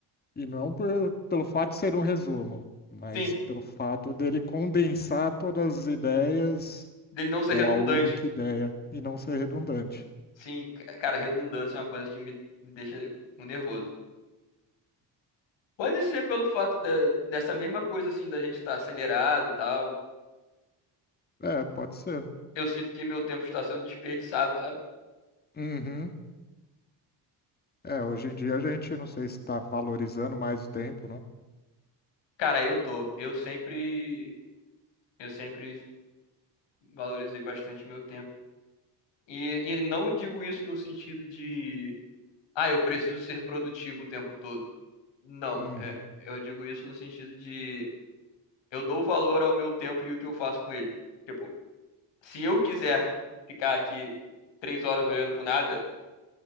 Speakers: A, on the left (about 20°); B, on the left (about 85°).
A: E não é um por, pelo fato de ser um resumo, mas
B: Sim,
A: pelo fato dele condensar todas as ideias
B: dele não ser
A: ou
B: redundante.
A: a única ideia e não ser redundante.
B: Sim, ca- cara, redundância é uma coisa que me, me deixa nervoso. Pode ser pelo fato de- dessa mesma coisa, assim, da gente estar acelerado e tal.
A: É, pode ser.
B: Eu sinto que meu tempo está sendo desperdiçado, sabe?
A: Uhum. É, hoje em dia a gente não sei se está valorizando mais o tempo, né?
B: Cara, eu tô. Eu sempre, eu sempre valorizei bastante meu tempo. E, e não digo isso no sentido de, ah, eu preciso ser produtivo o tempo todo. Não,
A: Uhum.
B: é, eu digo isso no sentido de, eu dou valor ao meu tempo e o que eu faço com ele. Tipo, se eu quiser ficar aqui três horas olhando pro nada,